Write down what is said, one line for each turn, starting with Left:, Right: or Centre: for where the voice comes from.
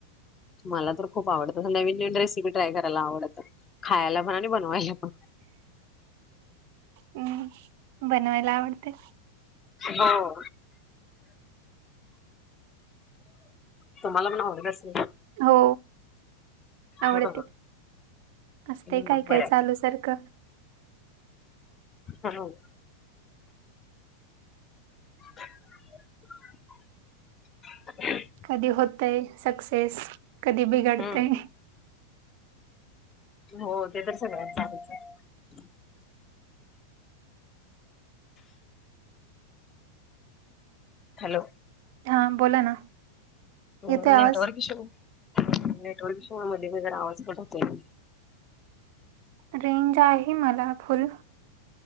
Left: मला तरं खूप आवडतं तसं नव्हीन नव्हिन रेसिपी ट्राय करायला आवडतं. खायालां पणं आणि बनवांयला पणं
Right: हम्म बनवायला आवडते.
Left: हो. तुम्हाला पण आवडत असलं ना.
Right: हो आवडते
Left: हो
Right: असतेय
Left: मग
Right: काय
Left: बरं
Right: काय चालूच. तर्क
Left: हो हो <unintelligible>
Right: कधीं होतंय सक्सेस कधीं बिघडंतय.
Left: हम्म. हो ते तरं सगळ्यांत चालायचं. हॅलो
Right: हा बोला ना.
Left: हम्म
Right: येतोय आवाज
Left: नेटवर्क ईश्यू नेटवर्क ईश्यू मुळे मधे जरा आवाज कट होतोय.
Right: रेंज आहे मला फुल.